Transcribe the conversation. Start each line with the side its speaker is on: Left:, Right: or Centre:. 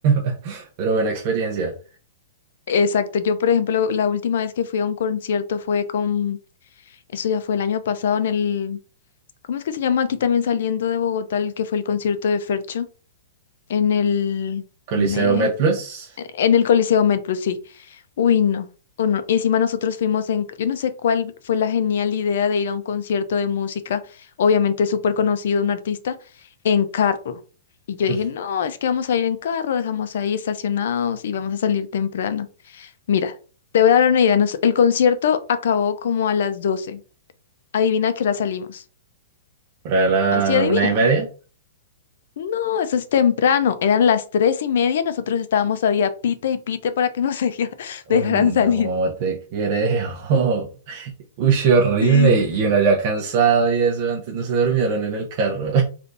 Right: <laughs> Pero buena experiencia.
Left: Exacto. Yo, por ejemplo, la última vez que fui a un concierto fue con, eso ya fue el año pasado en el, ¿cómo es que se llama aquí también saliendo de Bogotá, el que fue el concierto de Fercho? En el,
Right: Coliseo
Left: me...
Right: MedPlus.
Left: en el Coliseo Metro, sí. Uy, no. o no. Y encima nosotros fuimos en, yo no sé cuál fue la genial idea de ir a un concierto de música, obviamente súper conocido, un artista, en carro. Y yo
Right: <laughs>
Left: dije, no, es que vamos a ir en carro, dejamos ahí estacionados y vamos a salir temprano. Mira, te voy a dar una idea. nos- el concierto acabó como a las doce Adivina a qué hora salimos.
Right: Para la
Left: Así adivina.
Right: una y media.
Left: No, eso es temprano. Eran las tres y media, nosotros estábamos todavía pite y pite para que nos <laughs>
Right: Uy,
Left: dejaran
Right: no
Left: salir.
Right: te creo. <laughs> Uy, sí, horrible.
Left: sí
Right: Y uno ya cansado y eso. Antes no se durmieron en el carro.